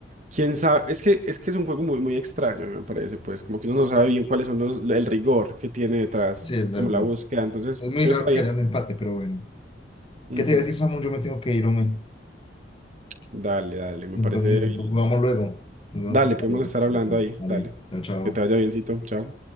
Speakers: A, on the right; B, on the left.
A: quién sabe, es que es que es un juego muy muy extraño, me parece, pues, como que uno no sabe bien cuáles son los el rigor que tiene detrás,
B: Sí, es verdad.
A: como la búsqueda, entonces,
B: Es muy
A: pero
B: raro
A: está bien.
B: que haya un empate, pero bueno.
A: Ujú.
B: ¿Qué te voy a decir, Samu? Yo me tengo que ir, hombre.
A: Dale, dale, me
B: Entonces,
A: parece. bien.
B: vamos luego. Nos vemos
A: Dale,
B: para
A: podemos
B: luego.
A: estar hablando ahí,
B: Vale,
A: dale.
B: chao, chao.
A: Que te vaya biencito, chao.